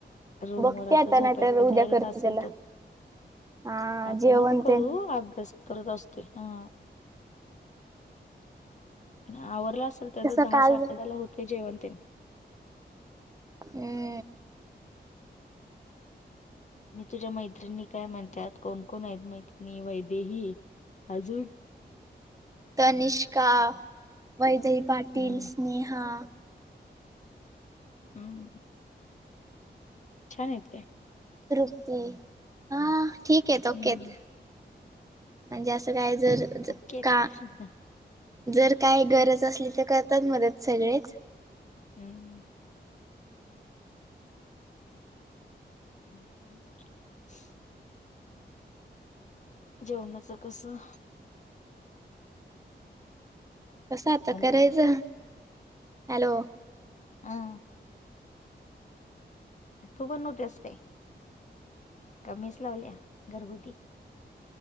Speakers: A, on the left; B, on the right.
A: रूमवर
B: बघते आता
A: झोपायच्या
B: नाही तर उद्या
A: तयारीत
B: करते
A: असेल
B: त्याला.
A: तो.
B: हा
A: आता
B: जेवण
A: नक करू
B: तेन
A: अभ्यास करत असते हा. आवरला असेल त्याच
B: तसं
A: दहा
B: काल
A: साडे दहा ला होते जयवंतन
B: हम्
A: मी तुझ्या मैत्रिणी काय म्हणतात कोण कोण आहेत मैत्रिणी वैदेही अजून
B: तनिष्का वैदई पाटील
A: हम्म.
B: स्नेहा.
A: हम्म छान आहेत त्या.
B: तृप्ती हा ठीक आहेत ओके
A: हं,
B: हायत. म्हणजे असं काय जर
A: ओके हाईत
B: का
A: ह हं.
B: जर काय गरज असली तर करतात मदत सगळेच.
A: हम्म. ह जेवणाचं कसं
B: कसं आता
A: हॅलो,
B: करायचं हॅलो
A: आ. तू बनवतेस काय. आता मेस लावल्या घरगुती.